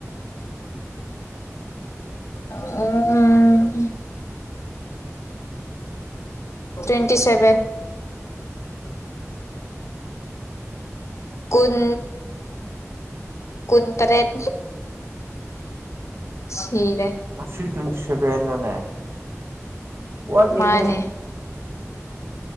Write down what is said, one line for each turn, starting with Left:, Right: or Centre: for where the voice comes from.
Left: ꯎꯝ ꯇ꯭ꯋꯦꯟꯇꯤ ꯁꯚꯦꯟ ꯀꯨꯟ ꯀꯨꯟꯇꯔꯦꯠ ꯁꯤꯔꯦ
Right: ꯉꯁꯤ ꯇ꯭ꯋꯦꯟꯇꯤ ꯁꯚꯦꯟ ꯂꯣꯅꯦ ꯋꯥꯠꯂꯤꯅꯦ
Left: ꯃꯥꯅꯦ